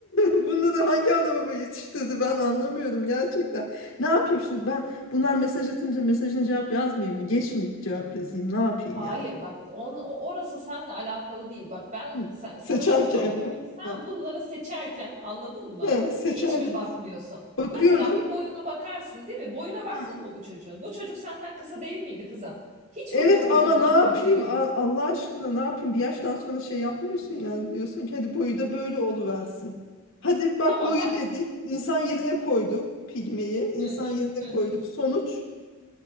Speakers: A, on the left; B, on the right.
A: <laughs> Bunlar da hangi ana baba yetiştirdi ben anlamıyorum gerçekten. Ne yapayım şimdi ben bunlar mesaj atınca mesajına cevap yazmayayım mı? Geç mi cevap yazayım? Ne yapayım
B: Hayır
A: yani?
B: bak on, o- orası seninle alakalı değil. Bak ben
A: Hı.
B: sen- sana
A: Seçerken
B: şunu sormak
A: mi?
B: istiyorum. Sen
A: Ha.
B: bunları seçerken anladın mı?
A: Ha, seçerken.
B: Hiç mi bakmıyorsun?
A: Bakıyorum.
B: Mesela bir boyuna bakarsın değil mi? Boyuna baktın
A: Ha.
B: mı bu çocuğun? Bu çocuk senden kısa değil miydi kızım? Hiç
A: Evet
B: mi boy uzun
A: ama
B: boy
A: ne yapayım
B: kriterin
A: A-
B: yok?
A: Allah aşkına ne yapayım bir yaştan sonra şey yapmıyorsun yani diyorsun ki hadi boyu da böyle oluversin. Hadi bak
B: Tamam
A: boyu
B: ben
A: dedik insan yerine koyduk pigmeyi insan
B: hı hı,
A: yerine
B: hı
A: koyduk
B: hı.
A: sonuç